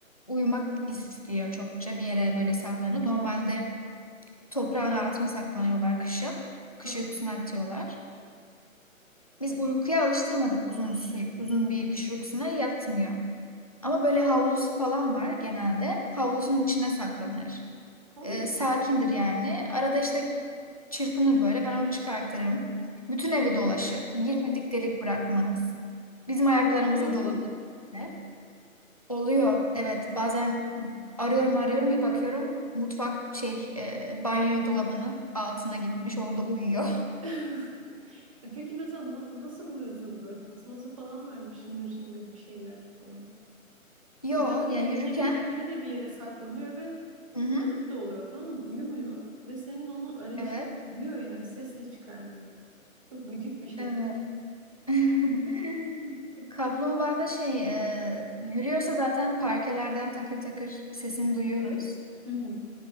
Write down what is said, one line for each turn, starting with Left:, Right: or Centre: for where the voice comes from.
Left: uyumak istiyor çokça bir yere böyle saklanıp. Normalde toprağın altına saklanıyorlar kışın. Kış
Right: <laughs>
Left: uykusuna atıyorlar. Biz uykuya alıştırmadık uzun sür, uzun bir kış uykusuna yatmıyor. Ama böyle havlusu falan var genelde. Havlusunun içine saklanır.
Right: Allah
Left: Ee, sakindir
Right: Allah.
Left: yani. Arada işte çırpınır böyle. Ben onu çıkartırım. Bütün evi dolaşır. Girmedik delik bırakmaz. Bizim ayaklarımıza
Right: Kaybolduğu oluyor
Left: dolanır.
Right: mu?
Left: bile. Oluyor. Evet bazen arıyorum arıyorum bir bakıyorum mutfak şey e, banyo dolabının altına gitmiş orada uyuyor.
Right: <laughs> E Peki mesela na- nasıl buluyorsunuz böyle tasması falan var mı şıngır şıngır bir şeyler falan?
Left: <laughs> Yo
Right: Ya bana çünkü
Left: ya yürürken
Right: kedi kedi de bir yere saklanıyor ve
Left: hı hı,
Right: uyanık da oluyor tamam mı? Uyumuyor ve senin onu arayışın
Left: evet
Right: biliyor yani ses de çıkarmıyor. Çok gıcık bir şey.
Left: evet <laughs> Kaplumbağa da şey e, yürüyorsa zaten parkelerden takır takır sesini duyuyoruz.
Right: Hı hı.